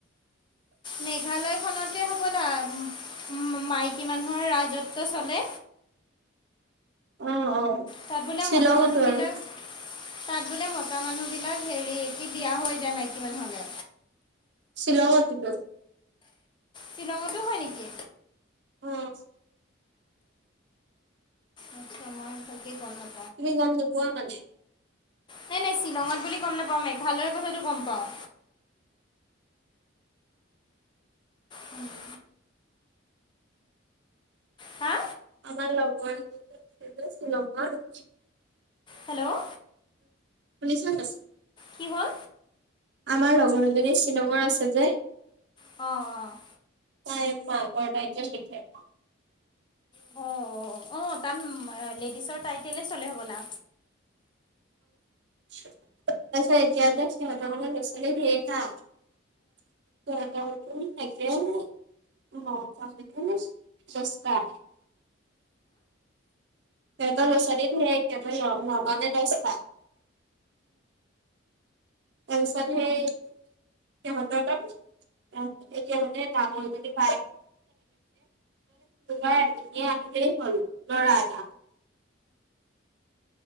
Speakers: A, on the left; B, on the right.
A: মেঘালয় খনতে হ'বলা মা-মাইকী মানুহৰ ৰাজত্ব চলে।
B: অ', অ'।
A: তাত বোলে
B: শ্বিলঙতো
A: মতা মানুহবিলাক
B: আৰু
A: তাত বোলে মতা মানুহ বিলাক হেৰি কি বিয়া হৈ যায় মাইকী মানুহ'লে
B: শ্বিলংতোটো
A: শ্বিলঙতো হয়, নেকি?
B: অ'
A: আতছা মই ভালকে গম নাপা
B: তুমি গম নোপোৱা মানে?
A: নাই, নাই শ্বিলঙত বুলি গম নাপাওঁ, মেঘালয়ৰ কথাটো গম পাওঁ। উম। হা
B: আমাৰ লগৰ এজনী আছে যে, শ্বিলঙত
A: হেল্ল'
B: শুনিছা নে নাই?
A: কি হ'ল?
B: আমাৰ লগৰ এজনী শ্বিলঙৰ আছে যে
A: অ', অ'।
B: তাই মাকৰ টাইটেল লিখে।
A: অ', অ', অ', তাত লেডিছৰ টাইটেলে চলে হ'বলা।
B: তাৰপিছত এতিয়া যে, সিহঁতৰ মানে ল'ৰা ছোৱালীৰ ধেৰ হা, সিঁহতৰতো একে নটা নে দশটা সিহঁতৰ ল'ৰা ছোৱালী ধেই, সিহঁতৰ নটা নে দশটা। তাৰপিছত সেই, সিহঁতৰ ত' অহ, এতিয়া মানে ডাঙৰ জনি বায়েকৰ <unintelligible> হ'ল ল'ৰা এটা